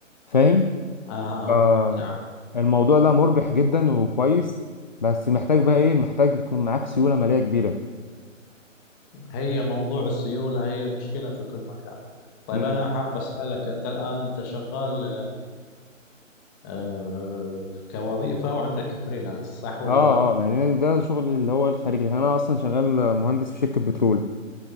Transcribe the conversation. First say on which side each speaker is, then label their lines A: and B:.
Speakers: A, on the left (about 40°); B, on the left (about 15°).
A: فاهم
B: أها
A: آه،
B: نعم نعم
A: الموضوع ده مربح جدا وكويس بس محتاج بقى إيه محتاج تكون معاك سيولة مالية كبيرة
B: هي موضوع السيولة هي المشكلة في كل مكان طيب
A: مم.
B: أنا حاب أسألك أنت الآن أنت شغال آه، كوظيفة وعندك فريلانس صح ولا
A: اه
B: لا؟
A: اه يعني ده شغل اللي هو الخارجي لكن انا اصلا شغال مهندس في شركة بترول